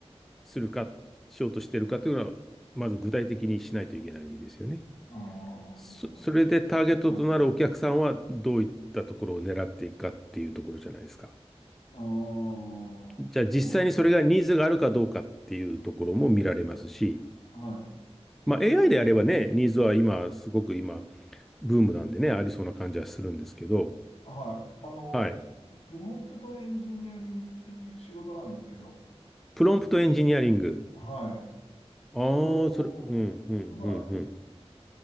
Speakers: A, in the centre; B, on the left (about 65°).
A: するか、しようとしてるかというのは、まず具体的にしないといけないですよね。
B: あ
A: そ、
B: あ、なるほど。
A: それでターゲットとなるお客さんはどういったところを狙っていくかっていうところじゃないですか。
B: はい。ああ、
A: じゃあ実際にそれがニーズがあるかどうかっていうところも見られますし、
B: そうですね。は
A: まあ AI であればね、ニーズは今、すごく今、ブームなんでね、ありそうな感じはするんですけど、
B: い。はい。あの、
A: はい。
B: プロンプトエンジニアリングっていう仕事なんですけど、
A: プロンプトエンジニアリング。
B: はい。
A: ああ、
B: あの、
A: それ、うん、うん、
B: は
A: うん、うん。